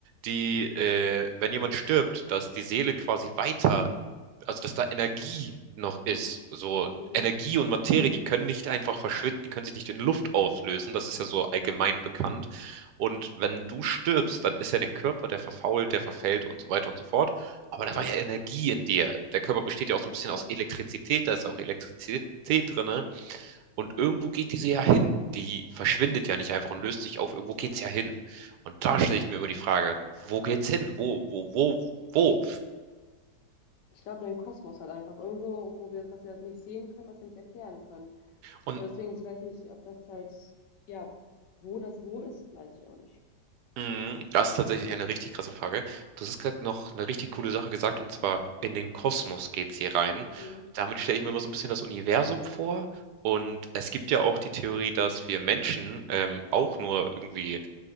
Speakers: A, on the right; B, on the left.
A: die, äh, wenn jemand stirbt, dass die Seele quasi weiter also dass da Energie noch ist. So
B: Mhm.
A: Energie
B: Mhm.
A: und Materie, die können nicht einfach verschwinden, die können sich nicht in Luft auflösen. Das ist ja so allgemein
B: Ja,
A: bekannt. Und wenn du stirbst, dann ist ja dein Körper, der verfault, der verfällt und so weiter und so fort. Aber
B: mhm.
A: da war ja Energie in dir. Der Körper besteht ja auch so ein bisschen
B: Ja.
A: aus Elektrizität, da ist ja auch Elektrizität drin. ne? Und irgendwo geht diese ja hin. Die verschwindet ja nicht einfach und löst sich auf. Irgendwo geht's ja hin. Und da stelle ich mir immer die Frage, wo geht's hin? Wo, wo, wo, wo?
B: Ich glaube, den Kosmos halt einfach irgendwo, wo wir, was wir halt nicht sehen können, was wir nicht erklären können.
A: Und
B: So, deswegen, ich weiß nicht, ob das halt, ja, wo das wo ist, weiß ich auch nicht.
A: Mhm, das ist tatsächlich eine richtig krasse Frage. Du hast gerade noch eine richtig coole Sache gesagt, und zwar in den Kosmos geht's hier rein.
B: Mhm.
A: Damit stelle ich mir immer so ein bisschen das Universum vor. Und es gibt ja auch die Theorie, dass wir Menschen ähm, auch nur irgendwie